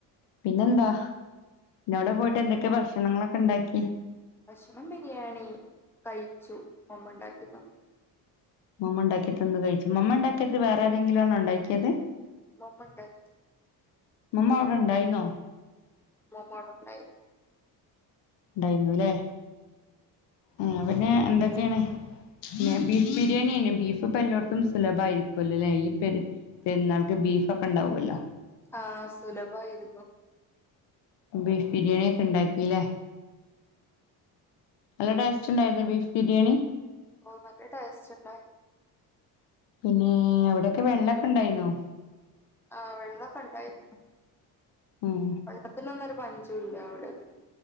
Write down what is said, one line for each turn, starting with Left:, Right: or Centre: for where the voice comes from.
Left: പിന്നെന്താ പിന്നവടെ പോയിട്ട് എന്തൊക്കെ
Centre: പിന്നെന്താ
Left: ഭക്ഷണങ്ങളൊക്കെണ്ടാക്കി
Centre: ഭക്ഷണം ബിരിയാണി കഴിച്ചു. മമ്മണ്ടാക്കി തന്നു.
Left: മമ്മ ഉണ്ടാക്കിതന്നത് കഴിച്ചു മമ്മണ്ടാക്കേത് വേറാരെങ്കിലാണോ ണ്ടാക്ക്യേത്
Centre: മമ്മണ്ടാക്കി തന്നു
Left: മമ്മ അവടെ ണ്ടായ്ന്നോ
Centre: മ് മമ്മാവടെ ണ്ടായ്ന്നു
Left: ണ്ടായിന്നൂലെ ആഹ് പിന്നെ എന്തൊക്കെണ് പിന്ന ബീഫ് ബിരിയാണിയ്നു ബീഫ് ഇപ്പ എല്ലോട്ത്തും സുലഭയിരിക്കോല്ലലെ ഈ പെര് പെരുന്നാൾക്ക് ബീഫൊക്കെ ണ്ടാവോലോ
Centre: ആഹ് സുലഭായിര്ന്നു.
Left: ബീഫ് ബിരിയാണിക്കെ ണ്ടാകീലേ നല്ല ടേസ്റ്റ് ണ്ടായിര്ന്നോ ബീഫ് ബിര്യാണി
Centre: ഓ നല്ല ടേസ്റ്റ് ണ്ടായ്നു.
Left: പിന്നെ എവടെക്കെ വെള്ളക്കെ ണ്ടായിന്നോ
Centre: ആഹ് വെള്ളൊക്കെ ഉണ്ടായിര് ന്നു
Left: ഉം
Centre: വെള്ളത്തിനൊന്നൊര് പഞ്ചോല്ല അവടെന്നും